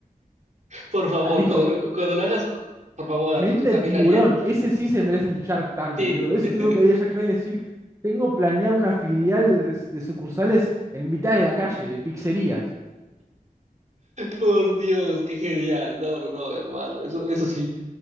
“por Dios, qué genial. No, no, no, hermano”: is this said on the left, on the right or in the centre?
Right